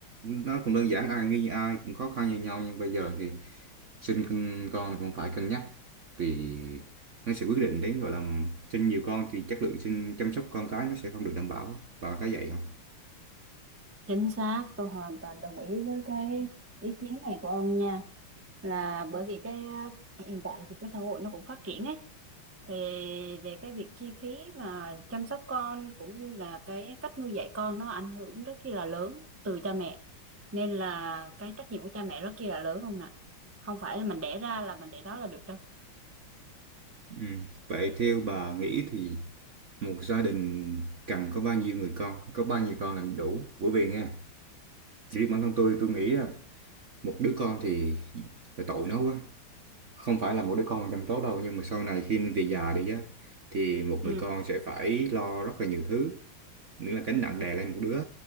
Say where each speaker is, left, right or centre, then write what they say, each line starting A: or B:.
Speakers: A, on the right (about 55°); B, on the right (about 20°).
A: nó cũng đơn giản ai như ai cũng khó khăn như nhau nhưng bây giờ thì sinh con con cũng phải cân nhắc vì nó sẽ quyết định đến gọi là sinh nhiều con thì chất lượng sinh chăm sóc con cái nó sẽ không được đảm bảo bà thấy vậy không
B: Chính xác, tôi hoàn toàn đồng ý với cái ý kiến này của ông nha. Là bởi vì cái ờ, hiện tại thì cái xã hội nó cũng phát triển ấy. Thì về cái việc chi phí mà chăm sóc con cũng như là cái cách nuôi dạy con nó ảnh hưởng rất là lớn từ cha mẹ. Nên là cái trách nhiệm của cha mẹ rất là lớn không nè. Không phải là mình đẻ ra là mình để đó là được đâu.
A: ừ. vậy theo bà nghĩ thì một gia đình cần có bao nhiêu người con có bao nhiêu con là đủ bởi vì nghe riêng bản thân tôi tôi nghĩ là một đứa con thì là tội nó quá không phải là một đứa con chăm tốt đâu nhưng mà sau này khi về già đi á thì một
B: Ừ.
A: người con sẽ phải lo rất là nhiều thứ nghĩa là gánh nặng đè lên một đứa